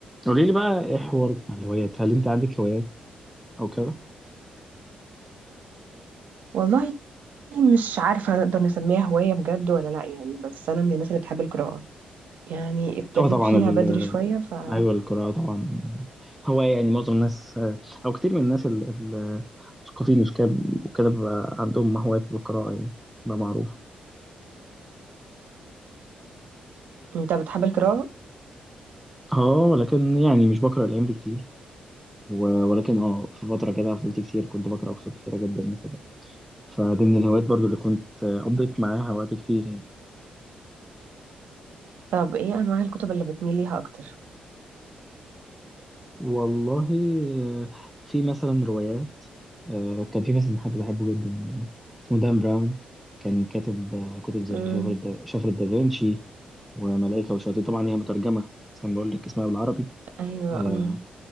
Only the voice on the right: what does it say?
والله مش عارفة نقدر نسميها هواية بجد ولا لأ يعني بس أنا من الناس اللي بتحب القراءة يعني ابتديت
فيها
بدري شوية فأنت
بتحب القراءة؟
طب إيه أنواع الكتب اللي بتميل ليها أكتر؟
امم
أيوة
امم